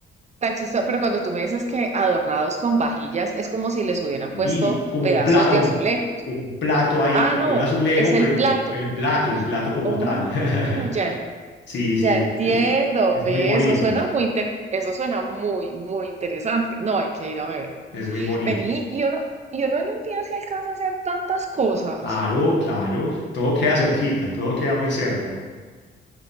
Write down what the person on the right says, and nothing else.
Tan chistoso, pero cuando tú me dices que adornados con vajillas, es como si les hubieran
puesto
pedazos
de
azulejo.
Ah,
no,
es el
plato.
Oh,
ya, en-
ya
entiendo.
Ve,
eso suena muy inter- eso suena muy, muy interesante. No, hay que ir a verlo.
Vení, y uno, y uno en un día se alcanza a hacer tantas cosas.